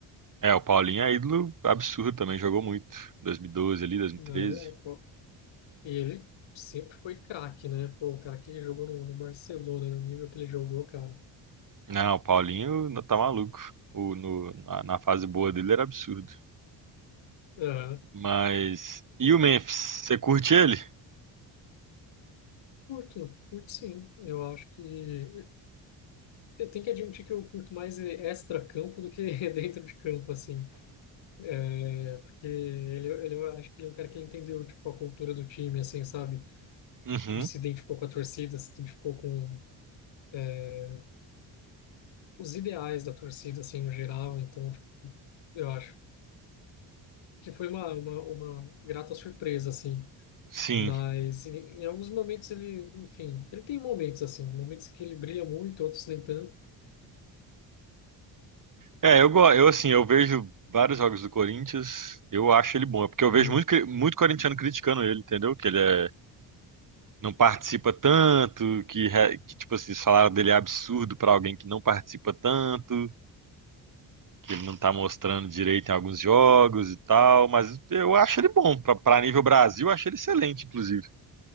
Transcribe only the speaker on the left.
né? Pô, E ele sempre foi craque, né? Pô, o cara que jogou no, no Barcelona, no nível que ele jogou, cara.
É,
curto, curto sim. Eu acho que. Eu tenho que admitir que eu curto mais extra-campo do que <laughs> dentro de campo, assim. É, porque ele, ele, eu acho que ele é um cara que entendeu, tipo, a cultura do time, assim, sabe?
O se identificou com a torcida, se identificou com é, os ideais da torcida, assim, no geral. Então, tipo, eu acho que foi uma, uma, uma grata surpresa, assim.
Mas em, em alguns momentos ele, enfim, ele tem momentos assim, momentos que ele brilha muito, outros nem tanto,
né?